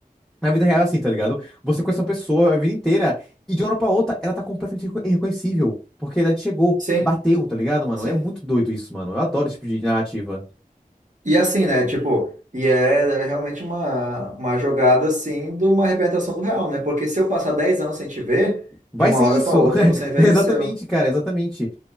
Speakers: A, in the centre; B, on the right.
A: na vida real é assim, tá ligado? Você conhece uma pessoa a vida inteira e de uma hora pra outra ela tá completamente irrecon- irreconhecível. Porque a idade chegou,
B: Sim,
A: bateu, tá ligado, mano?
B: sim.
A: É muito doido isso, mano. Eu adoro esse tipo de narrativa.
B: E assim, né? Tipo, e é, é realmente uma, uma jogada, assim, de uma representação do real, né? Porque se eu passar dez anos sem te ver,
A: Vai
B: de uma
A: ser
B: hora
A: isso!
B: para outra
A: <laughs>
B: você envelheceu.
A: Exatamente, cara, exatamente.